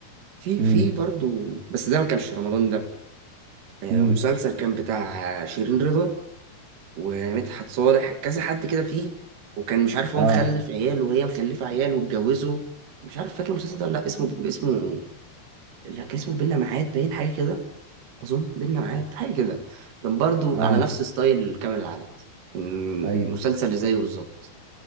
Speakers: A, on the right (about 55°); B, on the right (about 75°).
A: في
B: امم
A: في برضو بس ده ما كانش في رمضان ده آه،
B: امم
A: مسلسل كان بتاع شيرين رضا ومدحت صالح كذا حد كده فيه وكان مش عارف هو
B: اه
A: مخلف عيال وهي مخلفة عيال واتجوزوا مش عارف فاكر المسلسل ده ولا لا اسمه اسمه لا كان اسمه بينا معاد باين حاجة كده أظن بينا معاد حاجة كده كان برضو
B: اه
A: على نفس ستايل كامل العدد كان
B: ايوه
A: مسلسل اللي زيه بالظبط